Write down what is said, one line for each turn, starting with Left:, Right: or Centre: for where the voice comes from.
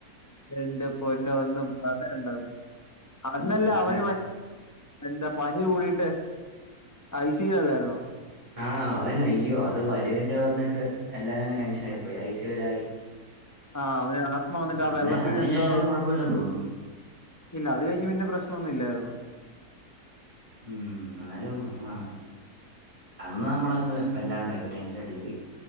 Left: എന്റെ പൊന്നോ ഒന്നും പറയണ്ടാവും. അന്നല്ല
Right: ഉം അതെ
Left: അവന് മ എന്താ പനി കൂടിട്ട് ഐ സി അല്ലായിരുന്നോ?
Right: ആഹ് അവന അയ്യോ അത് വലിവിന്റെ വന്നിട്ട് എല്ലാരും അങ്ങ് ടെൻഷൻ ആയി പോയി ഐ സിയലായി.
Left: ആഹ് അവന് ആസ്മ വന്നിട്ടാ
Right: പിന്നെ
Left: വെള്ളത്തിന്
Right: അതിനു
Left: എന്തോ?
Right: ശേഷം അവന് കുഴപ്പമില്ലെന്ന് തോന്നുന്നു
Left: ഇല്ല അത് കഴിഞ്ഞ് പിന്നെ പ്രശ്നമൊന്നും ഇല്ലായിരുന്നു.
Right: ഉം എന്നാലും ആഹ് അന്ന് നമ്മളങ്ങ് വല്ലാണ്ടായി ഇപ്പ ടെൻഷൻ അടിച്ച് പോയി.